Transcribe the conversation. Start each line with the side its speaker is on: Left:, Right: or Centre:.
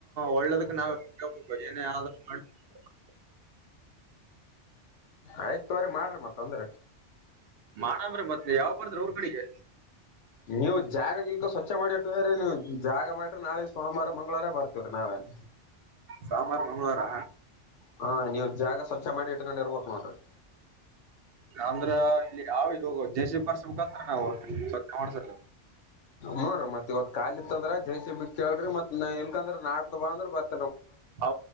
Right: ಒಳ್ಳೇದಕ್ ನಾವ್ <unintelligible>
Left: ಆಯ್ ನೋಡ್ರೀ ಮಾಡ್ರಿ ಮತ್ತೊಂದ್ರೆ
Right: ಮಾಡಂಬ್ರಿ ಮತ್ ಯಾವಾಗ ಬರತ್ತೀರಿ ಊರಕಡೆಗೆ
Left: ನೀವು ಜಾಗಕ್ ಈಗ ಸ್ವಚ್ಛ ಮಾಡಿಟ್ಟೀ ರೀ ನೀವು ಜಾಗ ಮಾಡಿರಿ ನಾಳಗ್ ಸೋಮವಾರ ಮಂಗಳವಾರ ಬರ್ತೀವೀ ನಾವೇನ್.
Right: ಸೋಮವಾರ ಮಂಗಳವಾರ
Left: ಹ ನೀವು ಜಾಗ ಸ್ವಚ್ಛ ಮಾಡಿ ಇಟ್ಕೊಂಡ ಇರ್ಬೇಕು ನೋಡ್ರಿ.
Right: ಅಂದ್ರೆ ಇಲ್ಲಿ ಯಾವ ಇಗೋಗ ಜಯಸಿ ಪರ್ಸಕ್ ಹತ್ರ ನಾವು ಸ <unintelligible> ಮಾಡ್ಸರ್
Left: ನೋಡ್ರಿ ಮತ್ ಇವತ್ ಕಾಲಿ ಇತ್ತಂದ್ರೆ ಜೆ ಸಿ ಬಿ ಕೇಳ್ರಿ ಮತ್ ಎಲ್ಕಂದ್ರ ನಾಡ್ದಬ ಅಂದ್ರೆ ಬರ್
Right: ಹ